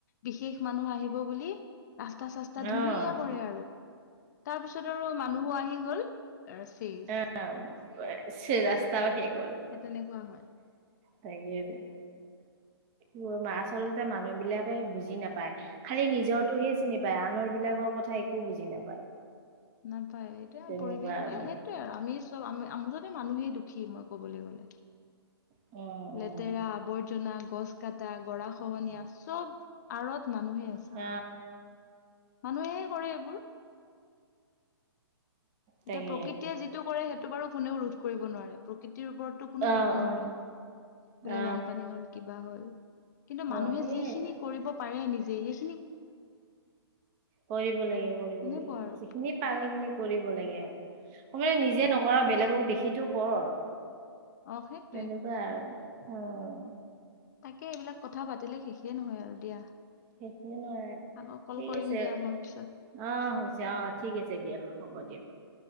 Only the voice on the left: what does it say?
বিশেষ মানুহ আহিব বুলি। ৰাস্তা-চাস্তা
ধুনীয়া পৰে আৰু তাৰপিছত আৰু মানুহো আহি গল। চেচ সেই
সেই তেনেকুৱা হয়।
নাপায় এয়া
পৰিৱেশ
এই
সেইটোৱেই আৰু আমি চব আমি মুঠতে মানুহেই দুখী মই ক'বলৈ গ'লে
লেতেৰা
আৱৰ্জনা, গছ কটা, গৰা খহনীয়া চব আঁৰত মানুহে আছে
মানুহে কৰে এইবোৰ।
এতিয়া প্ৰকৃতিয়ে যিটো কৰে সেইটো বাৰু কোনেও ৰোধ কৰিব নোৱাৰে প্ৰকৃতি খ ওপৰতো কোনো
যাব
নোৱাৰে
বোলে বানপানী হল, কিবা হল, কিন্তু
মানুহে
যিখিনি কৰিব পাৰে নিজে সেই
সেনেকুৱা
আৰু
অ সেইটোৱে
তাকে এইবিলাক কথা পাতিলে শেষে নহয় আৰু দিয়া।
আকৌ কল
কৰিম
দিয়া মই পিছত